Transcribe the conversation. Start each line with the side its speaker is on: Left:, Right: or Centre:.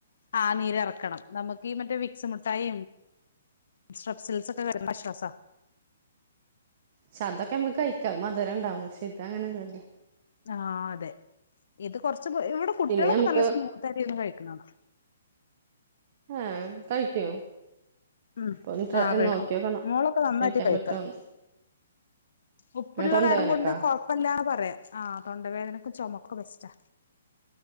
Left: ആ നീരറക്കണം. നമുക്ക് ഈ മറ്റേ വിക്സ് മുട്ടായു സ്ട്രപ്സിൽസ് ഒക്കെ വരുന്ന ആശ്വാസ
Right: ക്ഷെ അതൊക്കെ നമ്മക്ക് കഴിക്കാ മധുരണ്ടാവും. ക്ഷെ ഇത് അങ്ങനെല്ലല്ലോ
Left: ആഹ് അതെ ഇത് കൊർച്ച് ബു ഇവിടെ കുട്ട്യേളൊക്കെ
Right: പിന്നെ നമുക്ക്
Left: നല്ല സ്മൂത്തായിട്ട് ഇര്ന്ന് കഴിക്ക്ണാണ.
Right: ഏഹ്, കഴിക്കോ?
Left: ഉം
Right: അപ്പൊ ഒന്ന് ട്ര
Left: ആ കഴിക്കും
Right: നോക്കിയോക്കണം
Left: മോളൊക്കെ നന്നായിട്ട്
Right: കഴിക്കാൻ
Left: കഴിക്കാ
Right: പറ്റോന്ന്
Left: ഉപ്പുള്ള
Right: തൊണ്ടവേനക്കാ
Left: കാരം കൊണ്ട് കൊഴ പ്പല്ലാന്ന് പറയാ, ആഹ് തൊണ്ടവേദനക്കു ചൊമക്കൊക്കെ ബെസ്റ്റാ